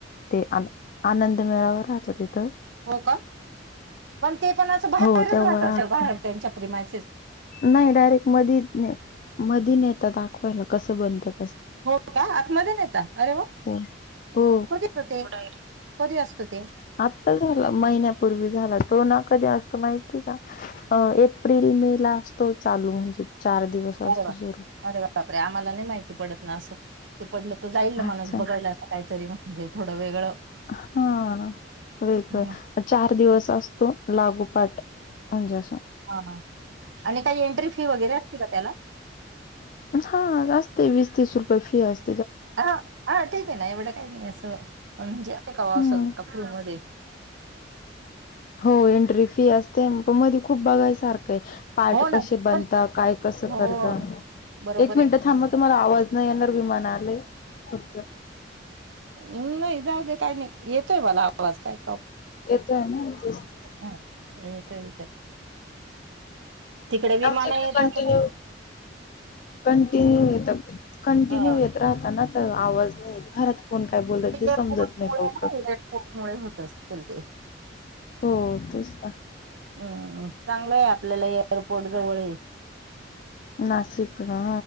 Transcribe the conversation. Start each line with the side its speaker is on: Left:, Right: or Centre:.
Left: ते आनं आनंद मेळावर राहतो तिथं.
Right: हो का पण ते पण असं बाहेरच
Left: हो, तेव्हा
Right: राहत
Left: राहतो.
Right: अस बाहे त्यांच्या प्रिमा
Left: नाही डायरेक्ट मधी मध न येतात दाखवायला कसं बनतात.
Right: हो का आतमध्ये नता अरे वा
Left: हो. हो,
Right: होतीेत हो तिथ ते कधी असतो ते.
Left: आता झाला महिन्यापूर्वी झाला तो ना कधी असतो माहिती का एप्रिल मे ला असतो चालू म्हणजे दिवस असतो
Right: अरे वा
Left: सुरू.
Right: अरे बाप रे आम्हाला नाही माहिती पडत ना असं ते पडलं तर जाईल ना माणूस
Left: अच्छा.
Right: बघायला असं काहीतरी म्हणजे थोड वेगळं.
Left: हा वेगळ
Right: हम्म.
Left: चार दिवस असतो लागू पाठ म्हणजे असं
Right: हा हा आणि काही एंट्री फी वगैरे असते का त्याला.
Left: हा असते वीस तीस रुपये फी अस
Right: हा हा ठीक आहे ना एवढं काही नाही असं पण म्हणजे का बा
Left: हं.
Right: असं का फ्री मध्ये.
Left: हो एंट्री फी असते पण मध्ये खूप बघायसारखं सारखं आहे पार्ट
Right: हो ना
Left: कसे बनता
Right: पण
Left: काय कस
Right: हो
Left: करता
Right: बरोबर
Left: एक मिनट
Right: आहे
Left: थांबा तुम्हाला आवाज नाही येणार विमान आलय कोणतं.
Right: ऊ नाही जाऊ दे काही नाही येतोय मला आवाज काय
Left: येतोय ना तेच ते
Right: हा येतोय येतय तिकडे विमान
Left: आमच्या इकडे
Right: येतात
Left: कंटिन्यू
Right: त
Left: कंटिन्यू येतात कंटिन्यू
Right: हा
Left: येत राहताना तर आवाज नाही येत. घरात कोण काय बोलत
Right: एअरपोर्ट
Left: ते समजत नाही
Right: मुळे
Left: लवकर.
Right: ना एअरपोर्ट मुळे होत असतील ते
Left: हो तेच ना.
Right: हम्म चांगल आहे आपल्याला एअरपोर्ट जवळ आहे.
Left: नाशिक हा